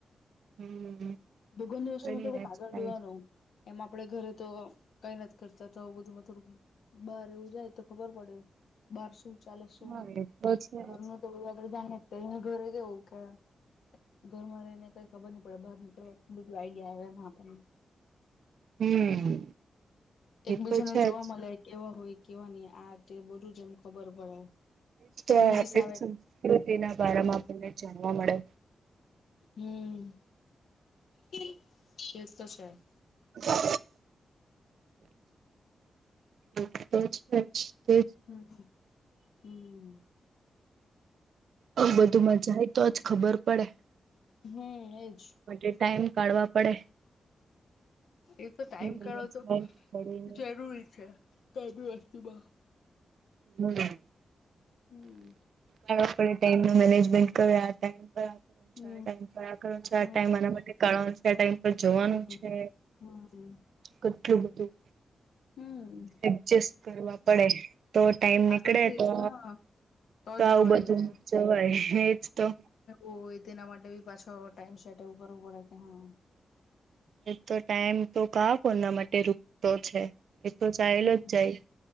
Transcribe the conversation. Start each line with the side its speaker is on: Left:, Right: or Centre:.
Right: હમ
Left: દુગરની વસ્તુમાં
Right: કરી
Left: તો
Right: નેક્સ્ટ
Left: ખાગર
Right: ટાઈમ
Left: દેવાનું. એમાં આપડે ઘરે તો કઈ નથી કરતા તો આવું બધુંમાં થોડુંક. બહાર રહીએવું જાય તો ખબર પડે બાર શું. ચાલો શું
Right: હા
Left: નહી
Right: એ તો છે
Left: ઘરનું તો બ આગળ જાણીએ કરી ઘરે ગવું કે. ઘરમાં રહીને કઈ ખબર ન પડે બહાર નીકળવા બધું આઈડિયા આવે એમાં આપણને.
Right: હમ
Left: એકબીજાને
Right: એ તો છે
Left: જોવા
Right: જ
Left: મળે. કેવા હોય કેવા નહી આ તે બધું જ એમ ખબર પડે. ચેન્જીસ
Right: આપ
Left: આવે
Right: સંસ્કૃતિ ના બમાં આપણને જાણવા મળે.
Left: હમ્મ.. એ એ જ છે.
Right: અ... હ તો જ જ.
Left: હમ્મ..
Right: અ બધુંમાં જાય તો જ ખબર પડે.
Left: હમ એજ.....
Right: એ ટાઈમ કાઢવા પડે.
Left: એ તો ટાઈમ
Right: મેનેજમેન્ટ
Left: કરાો તો
Right: કરીને
Left: જરૂરી છે કે બધી વસ્તુમાં.
Right: હમ....
Left: હમ....
Right: કાઢવા પડે ટાઈમ ન મેનેજમેન્ટ કર આ ટાઈમ. ચાર
Left: હમ
Right: ટાઈમ ફ કર ચાર
Left: હમ
Right: ટાઈમ આના માટે કાઢવા. ત ટાઈમ પર જવાનું
Left: હમ
Right: છે.
Left: હમ
Right: કેટલું બધું
Left: હમ....
Right: એડજસ્ટ કરવા પડે તો ટાઈમ નીકળે
Left: આગળથી
Right: તો.
Left: હા જ
Right: તો આવું
Left: જવાય
Right: બધું
Left: લે
Right: જવાય એજ તો.
Left: ઓ એ તેના માટે બી પાછો ટાઈમ સેટ એવું કરવું પડે કે હા.
Right: એ તો ટાઈમ તો કા કો એના માટે રૂરકતો છે. એ તો ચહેલો
Left: હમ
Right: જ જાય.